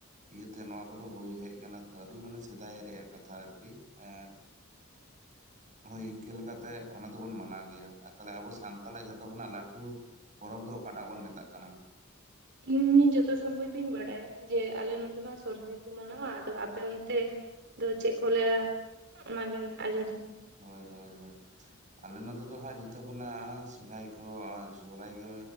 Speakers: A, on the right; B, on the right.
A: ᱤᱭᱟᱹᱛᱮ ᱱᱚᱣᱟ ᱠᱚᱫᱚ ᱦᱩᱭ ᱦᱮᱡ ᱟᱠᱟᱱᱟ ᱛᱚ ᱟᱹᱰᱤ ᱢᱟᱱᱮ ᱥᱮᱫᱟᱭ ᱨᱮᱭᱟᱜ ᱠᱟᱛᱷᱟ ᱟᱨᱠᱤ ᱮ
B: <inaudible>
A: ᱦᱳᱭ ᱤᱱᱠᱟᱹ ᱞᱮᱠᱟᱛᱮ ᱚᱱᱟ ᱫᱚᱵᱩᱱ ᱢᱟᱱᱟᱣ ᱜᱮᱭᱟ ᱛᱟᱦᱚᱞᱮ ᱟᱵᱚ ᱥᱟᱱᱛᱟᱲᱟᱜ ᱡᱷᱚᱛᱚ ᱠᱷᱚᱱᱟᱜ ᱞᱟᱹᱴᱩ ᱯᱚᱨᱚᱵᱽ ᱫᱚ ᱚᱠᱟᱴᱟᱜ ᱵᱚᱱ ᱢᱮᱛᱟᱜ ᱠᱟᱱᱟ
B: <inaudible> ᱤᱧ ᱡᱚᱛᱚ ᱥᱚᱢᱵᱷᱚᱵ ᱤᱧ ᱵᱟᱰᱟᱭᱟ ᱡᱮ ᱟᱞᱮ ᱱᱚᱛᱮ ᱢᱟ ᱥᱚᱦᱨᱟᱭ ᱠᱚ ᱢᱟᱱᱟᱣᱟ ᱟᱫᱚ ᱟᱯᱮ ᱚᱱᱛᱮ ᱟᱫᱚ ᱪᱮᱫ ᱠᱚ ᱞᱟᱹᱭᱟ ᱚᱱᱟᱜᱮ ᱟᱡᱚᱢ ᱥᱟ
A: ᱦᱳᱭ ᱦᱳᱭ ᱦᱳᱭ ᱟᱞᱮ ᱱᱚᱛᱮ ᱫᱚ ᱦᱟᱜ ᱡᱚᱛᱚ ᱠᱷᱚᱱᱟᱜ ᱥᱚᱦᱨᱟᱭ ᱠᱚ ᱥᱚᱦᱨᱟᱭ ᱜᱮ